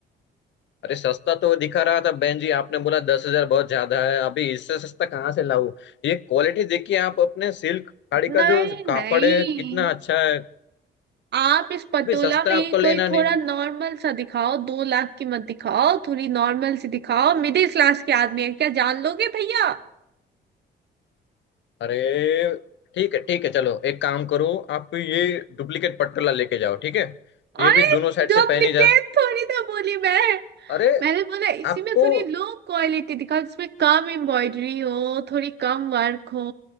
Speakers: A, on the left; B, on the right.
A: अरे सस्ता तो दिखा रहा था बहन जी आपने बोला दस हजार बहुत ज्यादा है अभी इससे सस्ता कहाँ से लाऊं ये क्वालिटी देखिए आप अपने सिल्क साड़ी
B: नहीं
A: का जो कापड़
B: नहीं
A: है कितना अच्छा है
B: आप इस पटोला
A: अभी सस्ता
B: में ही
A: आपको
B: कोई
A: लेना नहीं
B: थोड़ा नॉर्मल सा दिखाओ दो लाख की मत दिखाओ थोड़ी नॉर्मल सी दिखाओ मिडिल क्लास के आदमी है क्या जान लोगे भैया
A: अरे ठीक है ठीक है चलो एक काम करो आप ये डुप्लीकेट पटकला लेके जाओ ठीक है ये
B: अरे
A: भी दोनों साइड
B: डुप्लीकेट
A: से पहनी जा
B: थोड़ी ना बोली मैं
A: अरे
B: मैंने बोला इसी
A: आपको
B: में थोड़ी लो क्वालिटी दिखाओ जिसमें कम एम्ब्रॉयडरी हो थोड़ी कम वर्क हो